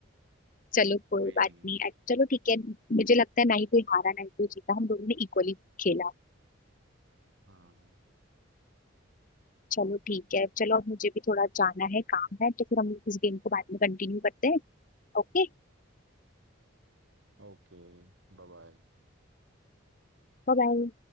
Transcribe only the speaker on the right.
कोई
नहीं
हाँ
Okay bye bye.